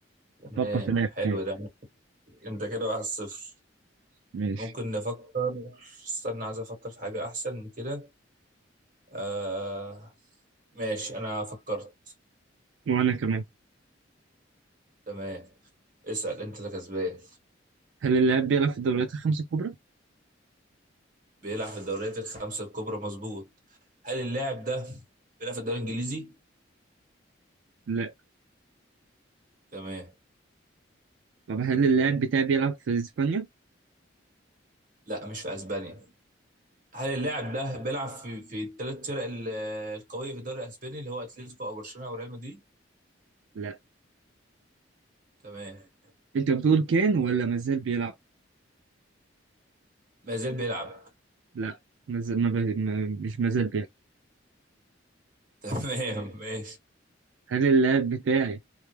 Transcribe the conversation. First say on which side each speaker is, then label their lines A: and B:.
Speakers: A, on the right; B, on the right.
A: تمام
B: فكر في لاعب
A: حلو
B: تاني
A: ده انت كده واحد صفر
B: ماشي
A: ممكن نفكر استنى عايز افكر في حاجة احسن من كده آه ماشي انا فكرت
B: وأنا كمان
A: تمام اسأل انت اللي كسبان
B: هل اللاعب بيلعب في الدوريات الخمس الكبرى؟
A: بيلعب في الدوريات الخمسة الكبرى مظبوط هل اللاعب ده بيلعب في الدوري الإنجليزي؟
B: لا
A: تمام
B: طب هل اللاعب بتاعي بيلعب في إسبانيا؟
A: لا مش في أسبانيا هل اللاعب ده بيلعب في في الثلاث فرق ال- القوية في الدوري الأسباني اللي هو أتلتيكو أو برشلونة أو ريال مدريد؟
B: لا.
A: تمام
B: انت بتقول كان ولا مازال بيلعب
A: ما زال بيلعب
B: لا مازال ما ب... ما... مش مازال بيلعب
A: <laughs> تمام ماشي
B: هل اللاعب بتاعي